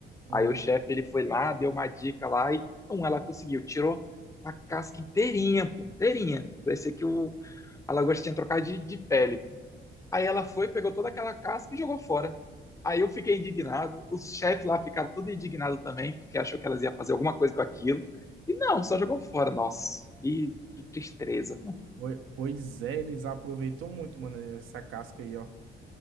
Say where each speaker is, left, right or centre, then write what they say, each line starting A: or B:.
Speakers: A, on the right; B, on the left.
A: Aham.
B: Aí o chefe ele foi lá, deu uma dica lá e pum, ela conseguiu, tirou a casca inteirinha, pô, inteirinha. Parecia que o a lagosta tinha trocado de, de pele. Aí ela foi, pegou toda aquela casca e jogou fora. Aí eu fiquei indignado, os chefes lá ficaram tudo indignado também, porque achou que elas iam fazer alguma coisa com aquilo. E não, só jogou fora. Nossa, que, que tristeza.
A: Poi- Pois é, eles aproveitam muito, mano, essa casca aí, ó.